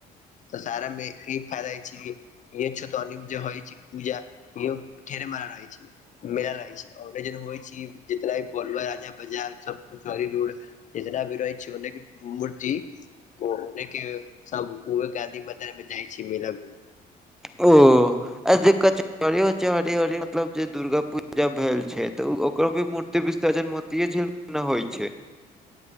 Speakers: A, on the left (about 45°); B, in the centre.
A: तऽ सारामे ई फायदा छी इह छ त अने जे होइ छै पूजा इ ठेर मारा रहै छै। मेला लागै छै ने होइ छै जितना भी बोल राजा प्रजा सब खुश रहै छी। जेतना अभी रहै छी ओनेके मूर्ति ओने के सब ओहे गांधी मैदान में जाइ छी मेला मे।
B: ओ। ओ जे कचहरी उचहरि मतलब जे दुर्गा पूजा भेल छै त ओ कभी मूर्ति विसर्जन मोतीझीले मे ने होइ छै।